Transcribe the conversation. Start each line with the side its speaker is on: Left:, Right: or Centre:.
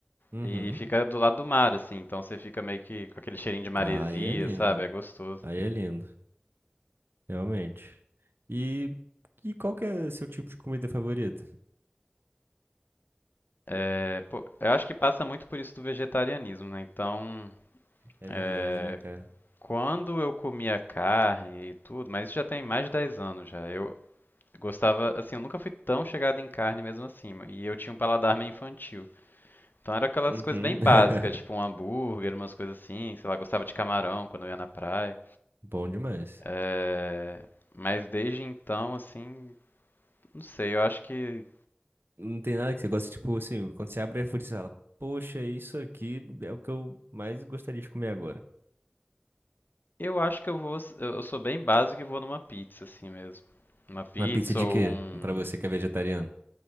Right: Uhum.
Left: e fica do lado do mar, assim, então você fica meio que com aquele cheirinho de maresia,
Right: Aí é lindo.
Left: sabe? É gostoso.
Right: Aí é lindo. Realmente. E, e qual que é seu tipo de comida favorita?
Left: É, pô, eu acho que passa muito por isso do vegetarianismo, né? Então,
Right: É
Left: É,
Right: verdade, né, cara?
Left: quando eu comia carne e tudo, mas isso já tem mais de 10 anos já. Eu gostava, assim, eu nunca fui tão chegado em carne mesmo assim, e eu tinha um paladar meio infantil. Então era aquelas
Right: Uhum.
Left: coisas bem básicas,
Right: <laughs>
Left: tipo um hambúrguer, umas coisas assim, sei lá, gostava de camarão quando eu ia na praia.
Right: Bom demais.
Left: É, mas desde então, assim, não sei, eu acho que
Right: Não tem nada que você gosta, tipo assim, quando você abre a iFood, você fala, poxa, isso aqui é o que eu mais gostaria de comer agora.
Left: eu acho que eu vou, eu sou bem básico e vou numa pizza assim mesmo. Uma pizza
Right: Uma pizza de
Left: ou
Right: quê?
Left: um,
Right: Pra você que é vegetariano.